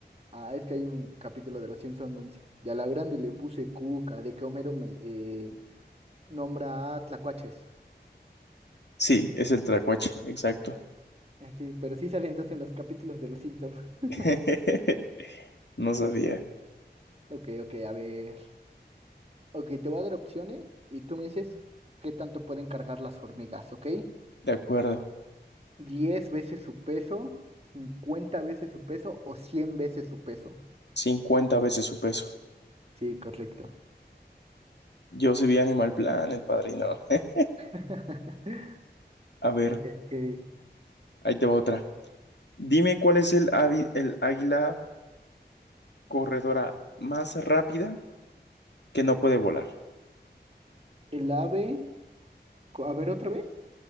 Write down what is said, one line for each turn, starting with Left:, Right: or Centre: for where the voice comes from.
Right: Ah, es que hay un capítulo de Los Simpson donde dice, y a la grande le puse Cuca, de que Homero me eh, nombra a tlacuaches.
Left: Sí, es el Tracuache, exacto.
Right: Eh, Sí, pero sí salen entonces en los capítulos de Los Simpson. <laughs>
Left: <laughs> No sabía.
Right: Ok, ok, a ver. Ok, te voy a dar opciones y tú me dices qué tanto pueden cargar las hormigas, ¿ok?
Left: De acuerdo.
Right: 10 veces su peso, 50 veces su peso o cien veces su peso.
Left: Cincuenta veces su peso.
Right: Sí, correcto.
Left: Yo sí vi Animal Planet, padrino. <laughs>
Right: <laughs>
Left: A ver,
Right: Ok, ok.
Left: ahí te va otra. Dime cuál es el, avi- el águila corredora más rápida que no puede volar.
Right: El ave, co- a ver otra vez.